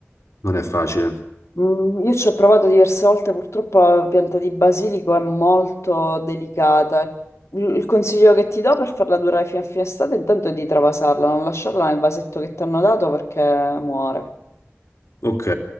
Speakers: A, on the left (about 80°); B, on the left (about 70°).
A: non è facile.
B: Mm, Io ci ho provato diverse volte, purtroppo la pianta di basilico è molto delicata. Il il consiglio che ti do per farla durare fino a fine estate intanto è di travasarla, non lasciarla nel vasetto che ti hanno dato perché muore.
A: Ok,